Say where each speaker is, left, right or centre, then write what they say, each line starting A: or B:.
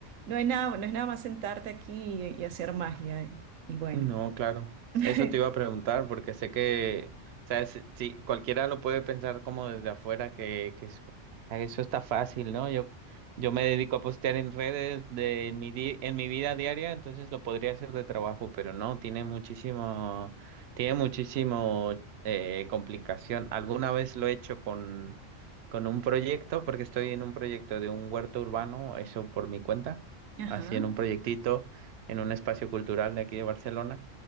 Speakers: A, on the right; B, on the right.
A: no es nada, no es nada más sentarte aquí y, y hacer magia y, y bueno.
B: No, claro.
A: <laughs>
B: Eso te iba a preguntar porque sé que, o sea, si, si cualquiera lo puede pensar como desde afuera que, que es- "Ah, eso está fácil, ¿no? Yo, yo me dedico a postear en redes de en mi di- en mi vida diaria, entonces lo podría hacer de trabajo, pero no, tiene muchísimo, tiene muchísimo eh, complicación. Alguna vez lo he hecho con, con un proyecto, porque estoy en un proyecto de un huerto urbano, eso por mi cuenta,
A: Ajá,
B: así en un proyectito en un espacio cultural de aquí de Barcelona.